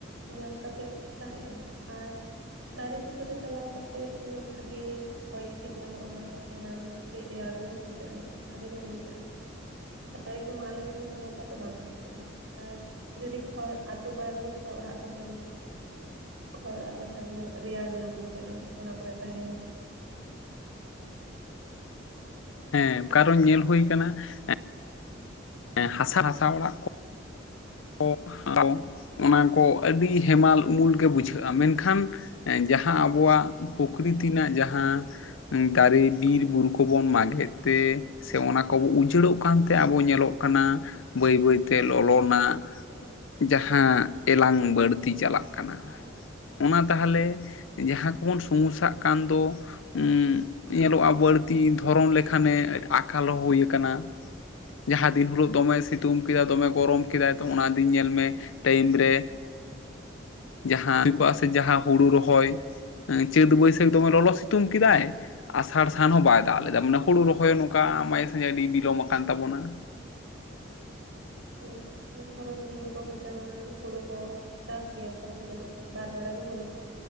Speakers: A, on the right; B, on the left.
A: ᱧᱟᱢ ᱠᱟᱛᱮᱜᱼᱼ ᱛᱟᱦᱮᱱ ᱟᱨᱼᱼ ᱫᱟᱨᱮ, ᱹ ᱵᱩᱴᱟᱹ ᱨᱮ ᱪᱟᱞᱟᱣ ᱠᱟᱛᱮᱜ ᱛᱤᱱᱟᱹᱜ ᱵᱷᱟᱜᱮ, ᱹ ᱦᱚᱭ ᱦᱤᱥᱤᱫ ᱧᱟᱢᱚᱜᱼᱟ ᱛᱟᱦᱮᱱᱟᱢ, ᱾ ᱹᱢᱤᱫ ᱨᱮᱭᱟᱲ ᱧᱚᱜ ᱵᱩᱡᱷᱟᱹᱜᱼᱟ ᱵᱷᱟᱹᱜᱮᱹ ᱧᱚᱜ ᱵᱩᱡᱷᱟᱹᱜᱼᱟ᱾ ᱫᱟᱨᱮ ᱠᱚ ᱢᱟᱜ ᱞᱮᱠᱷᱟᱱ ᱫᱚ ᱚᱱᱟ ᱫᱚ ᱟᱫᱚ ᱵᱟᱝ ᱵᱩᱡᱷᱟᱹᱜᱼᱟ ᱟᱨᱼᱼ ᱡᱩᱫᱤ ᱠᱷᱚᱲ ᱟᱛᱳ ᱯᱟᱲᱟ ᱨᱮᱫᱚ ᱠᱷᱚᱲ ᱚᱲᱟᱜ ᱠᱚ ᱡᱮᱢᱚᱱᱼᱼ ᱠᱷᱚᱲ ᱚᱲᱟᱜ ᱨᱮ ᱵᱷᱟᱜᱮ, ᱧᱚᱜ ᱨᱮᱭᱟᱲ ᱧᱚᱜ ᱵᱩᱡᱷᱟᱹᱜ ᱟ ᱚᱱᱟ ᱠᱚᱨᱮ ᱛᱟᱦᱮᱱ ᱾
B: ᱦᱮᱸ, ᱠᱟᱨᱚᱱ ᱧᱮᱞ ᱦᱳᱭ ᱠᱟᱱᱟ ᱮᱸᱜ ᱮᱸ ᱦᱟᱥᱟ, ᱦᱟᱥᱟ ᱚᱲᱟᱜ ᱠᱚ ᱾ ᱠᱚᱯ ᱠᱚ ᱚᱱᱟ ᱠᱚ ᱟᱹᱰᱤ ᱦᱮᱢᱟᱞ ᱩᱢᱩᱞ ᱜᱮ ᱵᱩᱡᱷᱟᱹᱜ ᱟ ᱢᱮᱱᱠᱷᱟᱱ ᱮᱸ ᱡᱟᱸᱦᱟᱸ ᱟᱵᱚᱣᱟᱜ ᱯᱩᱠᱨᱤ ᱛᱤᱱᱟᱜ ᱡᱟᱸᱦᱟᱸ, ᱩᱸ ᱫᱟᱨᱮ ᱵᱤᱨᱵᱩᱨᱩ ᱠᱚᱵᱚᱱ ᱢᱟᱜᱮᱫ ᱛᱮ ᱾ ᱥᱮ ᱚᱱᱟ ᱠᱚ ᱩᱪᱟᱹᱲᱚᱜ ᱠᱟᱱᱛᱮ ᱟᱵᱚ ᱧᱮᱞᱚᱜ ᱠᱟᱱᱟ ᱵᱟᱹᱭ ᱵᱟᱹᱭᱛᱮ ᱞᱚᱞᱚᱱᱟᱜ᱾ ᱡᱟᱸᱦᱟᱸ ᱮᱞᱟᱝ ᱵᱟᱹᱲᱛᱤ ᱪᱟᱞᱟᱜ ᱠᱟᱱᱟ ᱚᱱᱟ ᱛᱟᱦᱚᱞᱮ ᱡᱟᱸᱦᱟᱸ ᱠᱚᱵᱚᱱ ᱥᱩᱢᱩᱥᱥᱟᱜ ᱠᱟᱱ ᱫᱚ ᱩᱸ ᱧᱮᱞᱚᱜ ᱟ ᱵᱟᱹᱲᱛᱤ ᱫᱷᱚᱨᱚᱱ ᱞᱮᱠᱷᱟᱱᱮ ᱟᱠᱟᱞ ᱦᱳᱭᱠᱟᱱᱟ᱾ ᱡᱟᱸᱦᱟᱸ ᱫᱤᱱ ᱦᱤᱞᱳᱜ ᱫᱚᱢᱮ ᱥᱤᱛᱩᱝ ᱠᱮᱫᱟ ᱫᱚᱢᱮ ᱜᱚᱨᱚᱢ ᱠᱮᱫᱟᱭ ᱚᱱᱟ ᱫᱤᱱ ᱧᱮᱞ ᱢᱮ ᱴᱟᱹᱭᱤᱢ ᱨᱮ ᱡᱟᱦᱟᱸ ᱦᱩᱭ ᱠᱚᱜ-ᱟ ᱥᱮ ᱡᱟᱦᱟᱸ ᱦᱩᱲᱩ ᱨᱚᱦᱚᱭ ᱮᱸ ᱪᱟᱹᱛ ᱵᱟᱹᱭᱥᱟᱹᱠᱷ ᱫᱚᱢᱮ ᱞᱚᱞᱚ ᱥᱤᱛᱩᱝ ᱠᱮᱫᱟᱭ ᱟᱥᱟᱲ ᱥᱟᱱ ᱦᱚᱸ ᱵᱟᱭ ᱫᱟᱜ ᱞᱮᱫᱟ ᱟᱥᱟᱲ ᱥᱟᱱ ᱦᱚ ᱵᱟᱭ ᱫᱟᱜ ᱞᱮᱫᱟ ᱢᱟᱱᱮ ᱦᱩᱲᱩ ᱨᱚᱦᱚᱭ ᱦᱚᱸ ᱱᱚᱝᱠᱟ ᱢᱟᱡᱮ ᱥᱟᱡᱮ ᱟᱹᱰᱤ ᱵᱤᱞᱚᱢ ᱟᱠᱟᱱ ᱛᱟᱵᱚᱱᱟ ᱾
A: ᱦᱳᱭ, ᱫᱷᱚᱨᱚᱱ ᱫᱤᱱ ᱠᱚᱦᱚᱸ ᱡᱮᱢᱚᱱ ᱦᱳᱲᱳ ᱠᱚ ᱪᱟᱥ ᱜᱮᱭᱟ ᱠᱚ ᱡᱮᱢᱚᱱ ᱵᱟᱨ ᱵᱮᱲᱟ ᱜᱮ ᱦᱳᱲᱳ᱾